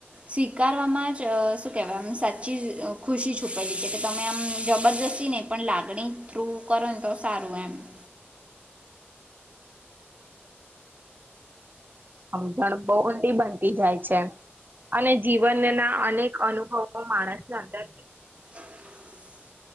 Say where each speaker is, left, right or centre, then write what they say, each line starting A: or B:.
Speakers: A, on the right; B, on the right.
A: સ્વીકારવામાં જ શું કહેવાય આમ સાચી જ ખુશી છુપયલી છે કે, તમે આમ જબરજસ્તી નહીં, પણ લાગણી થ્રુ કરો ને તો સારું એમ. <unintelligible>
B: સમજણ બહુ ઊંડી બનતી જાય છે. અને જીવનના અનેક અનુભવો માણસની અંદર
A: <inaudible>